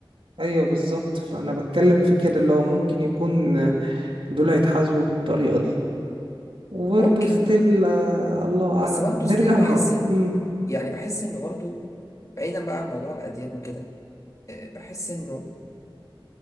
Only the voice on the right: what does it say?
ايوه بالظبط فانا بتكلم في كده اللي هو ممكن يكون دول هيتحاسبوا بالطريقه دي وبرضه
ستيل الله اعلم
بنرجع
ل
مم،